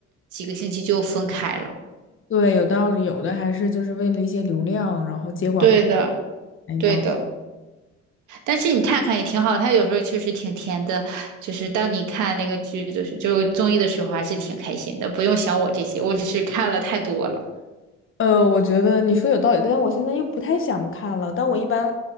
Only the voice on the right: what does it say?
几个星期就分开了。
对的，
对的。但是你看看也挺好，它有时候确实挺甜的，就是当你看那个剧，就是就是综艺的时候，还是挺开心的。不用想我这些，我只是看了太多了，